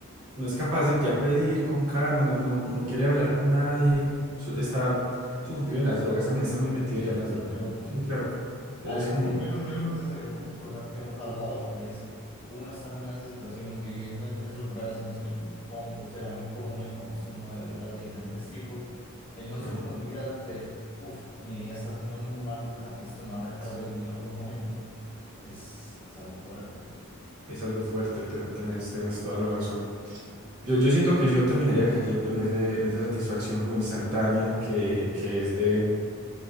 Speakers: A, on the right (about 85°); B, on the left (about 25°).
A: no es capaz de ya pedir con calma, no, no, no quiere hablar con nadie. su- Está sucumbido en las drogas, también está muy metido
B: sí,
A: ya en
B: sí,
A: las
B: yo
A: drogas.
B: quiero otro.
A: Sí, claro.
B: A
A: Eso
B: ver,
A: es como...
B: es que yo creo, yo creo que ese sería un punto importante que no hemos hablado y es uno estando en esa situación, viviendo en esos lugares en los que yo supongo será muy común el consumo de drogas de diferentes tipos, el no
A: Ajá.
B: sucumbir ante, uff, mi vida está siendo muy maluca, esto me va a sacar
A: Sí.
B: de mi vida por un momento, es, es algo fuerte.
A: Es algo fuerte, te- tenés, tenés toda la razón. Yo, yo siento que yo terminaría cayendo en ese, en esa satisfacción como instantánea que, que es de,